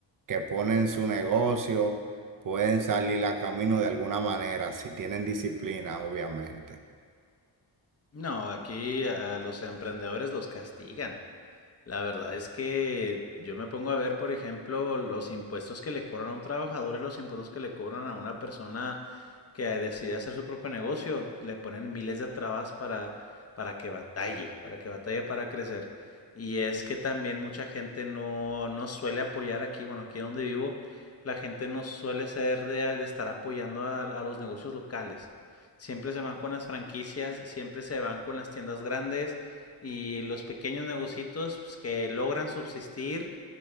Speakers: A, on the right (about 45°); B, on the left (about 30°).
A: que ponen su negocio pueden salir a camino de alguna manera si tienen disciplina, obviamente.
B: No, aquí a los emprendedores los castigan. La verdad es que yo me pongo a ver, por ejemplo, los impuestos que le cobran a un trabajador y los impuestos que le cobran a una persona que decide hacer su propio negocio. Le ponen miles de trabas para, para que batalle, para que batalle para crecer. Y es que también mucha gente no, no suele apoyar aquí, bueno, aquí donde vivo, la gente no suele ser de, de estar apoyando a, a los negocios locales. Siempre se van con las franquicias, siempre se van con las tiendas grandes y los pequeños negocios pues, que logran subsistir,